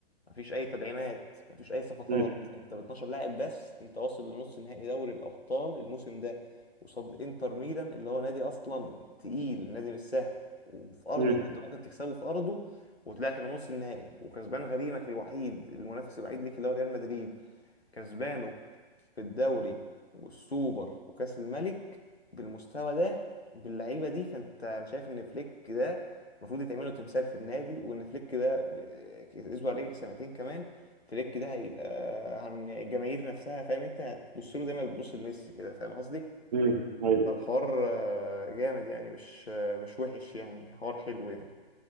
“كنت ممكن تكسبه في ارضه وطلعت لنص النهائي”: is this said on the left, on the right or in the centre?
Left